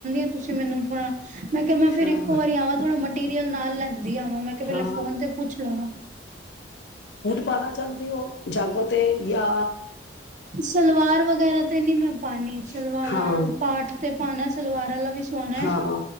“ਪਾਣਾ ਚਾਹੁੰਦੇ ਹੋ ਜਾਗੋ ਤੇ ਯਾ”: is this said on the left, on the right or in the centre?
Left